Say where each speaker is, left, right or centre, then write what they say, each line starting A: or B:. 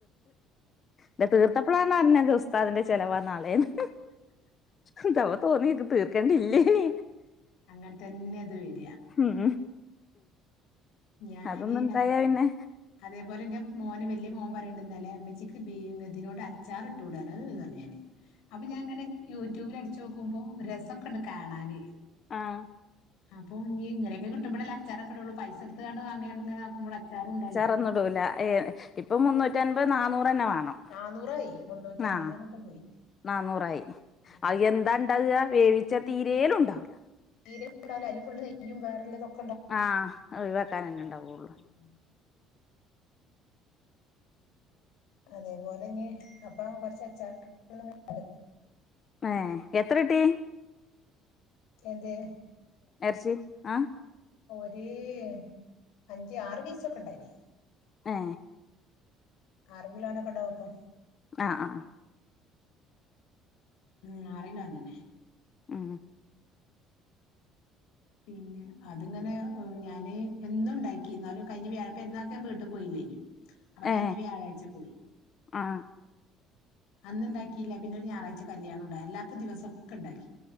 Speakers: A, on the left; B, on the left.
A: ഇത് തീർത്തപ്പഴാണ് അറിഞ്ഞെ ഉസ്താദിന്റെ ചെലവാ നാളേന്ന് എന്തവാ തോന്നി തീർ ക്കണ്ടില്ലെനി
B: അങ്ങനെ തന്നെ അത് വെര്വാ
A: ഹം
B: ഞാന്
A: അതൊന്നു ണ്ടായ പിന്നെ
B: അതേപോലെ എന്റെ മോന് വല്ല്യ മോൻ പറയേണ്ട്ന്നലെ ഉമ്മച്ചിക്ക് ബീ ഇതിനോണ്ട് അച്ചാർ ഇട്ടൂടെനോ <unintelligible> പറഞ്ഞ് ഞാന് അപ്പൊ ഞാനിങ്ങനെ യൂട്യൂബിൽ അടിച് ച്ചോക്കുമ്പോ രസൊക്കെ ഇണ്ട് കാണാന്
A: ആഹ്
B: അപ്പൊ ഇനി ഇങ്ങനൊക്കെ കിട്ടുമ്പളല്ലേ അല്ലെ അച്ചാറൊക്കെ ഇടോള്ളു പൈസ കൊടുത്താണ്ട് വാങ്ങി എന്തെങ്കിലുമാക്കുമ്പൾ അച്ചാറും ഉണ്ടാവൂല്ലാ
A: ട്ടൊന്നും ഇടൂല ഇപ്പോ മുന്നൂറ്റമ്പത് നാനൂർ ന്നെ വേണം
B: നാന്നൂറായി മുന്നൂറ്റി അൻപതിമന്നൊക്കെ
A: ആ
B: പോയി
A: നാനൂറായി
B: ഉം
A: അയെന്താ ഇണ്ടാവ്വാ വേവിച്ച പച്ച തീരേലും ഉണ്ടാവില്ല
B: ന ഉണ്ടാവില്ല അതില്ുള്െയ്യും വേറ <unintelligible>
A: ആഹ ഒഴിവാെക്കാൻന്നെ ഉണ്ടാവുള്ളു
B: ഉം അതേപോലെ തന്നെ അപ്പ കുറച്ച് അച്ചാറിട്ടു ത് <inaudible>
A: ഏ എത്രട്ടീ
B: എന്തെ
A: ഇറച്ചി ആ
B: <unintelligible> അഞ്ച് ആറ് പീസൊക്കെ ഇണ്ടായിന
A: ഏ
B: ആറു കിലോഒ ക്കെ ഉണ്ടാവല്ലോ അപ്പൊ
A: ആ ആ
B: ഉം അറിലൊ ഒന്നെ ന്നെ
A: മം
B: പിന്നെ അതിങ്ങനെ ഞാന് എന്നും ഉണ്ടാക്കി എന്നാലും കഴിഞ പെരുന്നാൾക് ഞൻ വീട്ടി പോയില്ലേ അപ്പൊ കഴി
A: ഏ
B: ഞ്ഞ വ്യാഴാഴ്ച പോയി
A: ആ
B: അന്നു ഉണ്ടാക്കിയില്ല പിന്നെ ഒരു ഞായറാഴ്ച കല്യാണം ഉണ്ടാരുന്നു അല്ലാത്ത ദിവസം ഒക്കെ ഉണ്ടാക്കി